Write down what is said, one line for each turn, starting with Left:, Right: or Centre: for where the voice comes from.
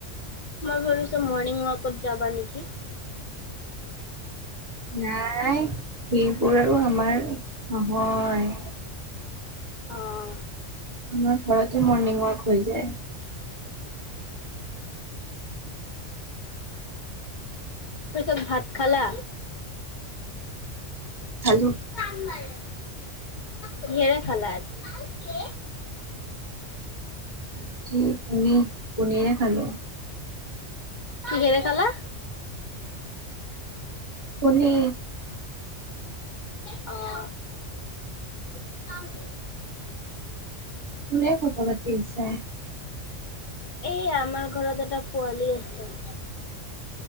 Left: মই ভাবিছো মৰ্ণিং ৱাকত যাবা নেকি?
Right: নাই সেইবোৰ আৰু আমাৰ নহয়।
Left: অঁ
Right: আমাৰ ঘৰতেই মৰ্ণিং ৱাক হৈ যায়।
Left: তাৰ পিছত ভাত খালা?
Right: খালো।
Left: <unintelligible> কিহেৰে খালা আজি?
Right: আজি পনীৰ পনীৰে খালো।
Left: কিহেৰে খালা?
Right: পনি।
Left: অ'। <unintelligible>
Right: কোনে কথা পাতি আছে?
Left: এই আমাৰ ঘৰত এটা পোৱালি আছে।